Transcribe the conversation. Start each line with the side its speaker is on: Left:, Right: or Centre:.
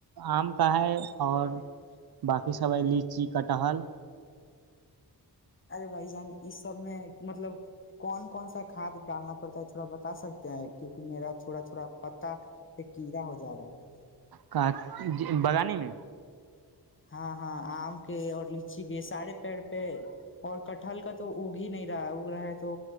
Right: آم کا ہے اور باقی سب ہے لیچی کا ٹہل
Left: ارے بھائی جان اس سب میں مطلب کون کون سا کھاد ڈالنا پڑتا ہے تھوڑا بتا سکتے ہیں کیونکہ میرا تھوڑا تھوڑا پتاہ پ کیڑا ہو جات رہا ہے
Right: کا بگانی میں
Left: ہاں ہاں آم کے اور لچی کے سارے پڑ پہ اور ک ہھلکا تو اگ ہی نہیں رہا اگ رہا ہے تو